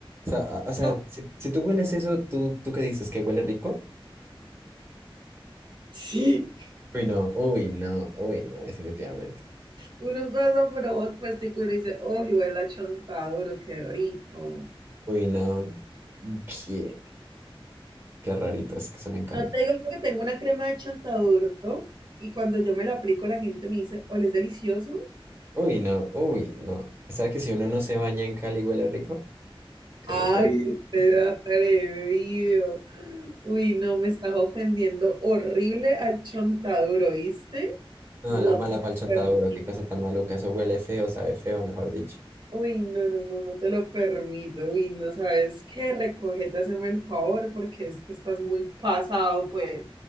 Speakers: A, on the right; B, on the right.
A: O sea, a- o sea,
B: No.
A: si, si tú hueles eso, ¿tú, tú qué dices? ¿Que huele rico?
B: Sí,
A: Uy, no, uy, no, uy, no, definitivamente.
B: uno pasa por vos, pues, y uno dice, uy, huele a chontaduro, qué rico.
A: Uy, no, qué, qué raritos que son en Cali.
B: No te digo que tengo una crema de chontaduro y cuando yo me la aplico la gente me dice, ¿o es delicioso?
A: Uy, no, uy, no. O sea que si uno no se baña en Cali, huele rico, qué
B: Ay,
A: locura.
B: usted atrevido. Uy, no, me estás ofendiendo horrible al chontaduro, ¿viste?
A: No,
B: No
A: la mala
B: te lo
A: pa'l chontaduro,
B: permito.
A: qué cosa tan maluca. Eso huele feo, sabe feo, mejor dicho.
B: Uy, no, no, no, no te lo permito. Uy, no sabes qué, recógete, hazme el favor, porque es que estás muy pasado, pues.